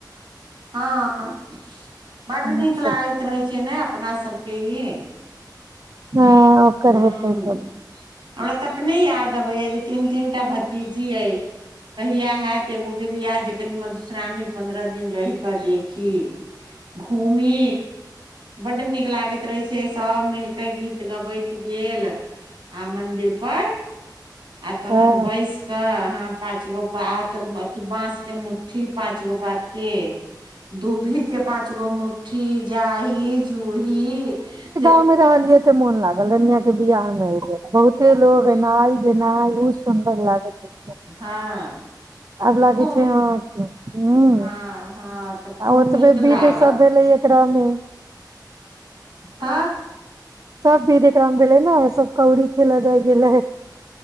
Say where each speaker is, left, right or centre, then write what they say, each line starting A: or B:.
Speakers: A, on the right (about 80°); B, on the right (about 50°).
A: हँ बड्ड
B: सब
A: नीक लागैत रहै छै ने अपना सब केँ ई
B: हँ ओकर
A: हुँ
B: हेतै सब
A: हमरा तऽ अपने याद अबै यऽ जे तीन तीन टा भतीजी अय कहिया हत एगो केँ बियाह जे कनी मधुश्रावणी पंन्द्रह दिन रहि कऽ देखी घूमी बड्ड नीक लागैत रहै छै सभ मिलि कऽ गीत गबैत गेल आ मन्दिर पर आ तहन
B: हँ
A: बैस कऽ अहाँ पाच गो पात अथी बांस केँ मुठ्ठी पाच गो पात केँ दुभी केँ पाँच गो मुठ्ठी जाही जूही जे
B: हम रहलियै कते मोन लागल रनिया केँ बियाह मे जे बहुते लोग एनाय जेनाइ खुब सुन्दर लागैत अछि
A: हँ
B: आब
A: तऽ
B: लागै
A: खूब
B: छै अहाँ कऽ हुँ
A: हँ हँ तऽ खूब
B: आ ओतबे
A: नीक
B: विध
A: लागल
B: सब भेलै यऽ रामे
A: आ
B: सब विध एकरामे भेलै नऽ सब कौड़ी खेलऽ जाय गेल रहै